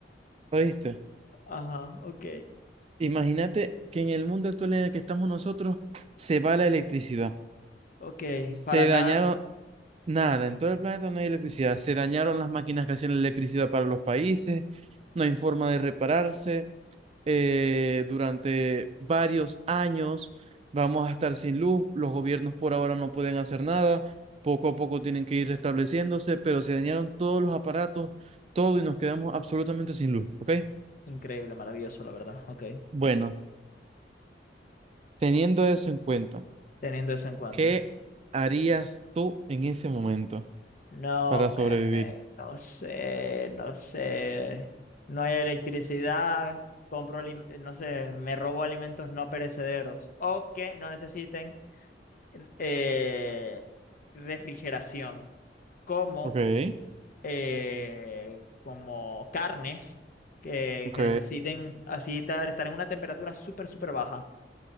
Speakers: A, on the right; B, on the left.
A: ¿oíste?
B: Ajá, ok.
A: Imagínate que en el mundo actual en el que estamos nosotros se va la electricidad.
B: Ok.
A: Se
B: Para nada.
A: dañaron nada, en todo el planeta no hay electricidad. Se dañaron las máquinas que hacían la electricidad para los países, no hay forma de repararse. eh, durante varios años vamos a estar sin luz, los gobiernos por ahora no pueden hacer nada, poco a poco tienen que ir restableciéndose, pero se dañaron todos los aparatos, todo y nos quedamos absolutamente sin luz, ¿ok?
B: Increíble, maravilloso, la verdad. Ok.
A: Bueno, teniendo eso en cuenta.
B: Teniendo eso en cuenta.
A: ¿Qué harías tú en ese momento
B: No,
A: para
B: me
A: sobrevivir?
B: no sé, no sé. No hay electricidad, compro, alim- eh, no sé, me robo alimentos no perecederos o que no necesiten eh, refrigeración, como,
A: Ok,
B: eh, como carnes que,
A: ok,
B: que necesiten así estar, estar en una temperatura súper, súper baja.